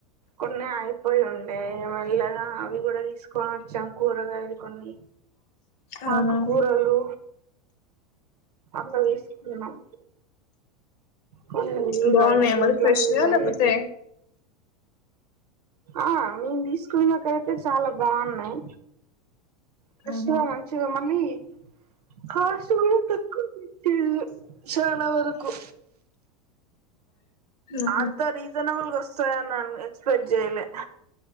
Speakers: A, on the right; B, on the left.
A: కొన్ని అయిపోయి ఉండే ఇగ మెల్లగా అవి కూడ్ తీసుకో అన్ చం కూరగాయలు కొన్ని
B: అవునా
A: ఆకుకూరలు అట్ల తీసుకున్నాం కొన్ని యూజ్
B: బాగున్నాయా
A: అయ్యేటి
B: మరి
A: ఇంట్లోకి
B: ఫ్రెష్
A: యూజ్
B: గా
A: అయ్యేటివి
B: లేకపోతే
A: ఆ నేను తీసుకునే అక్ ఇక్కడైతే చాలా బాగున్నాయి ఫ్రెష్
B: అవును
A: గా మంచిగ మళ్ళీ కాస్ట్ గుడా తక్కువ పెట్టిరు చానా వరకు
B: ఉహు
A: అంత రీజనబుల్ వస్తాయ అన్ ఎక్స్పెక్ట్ చేయలే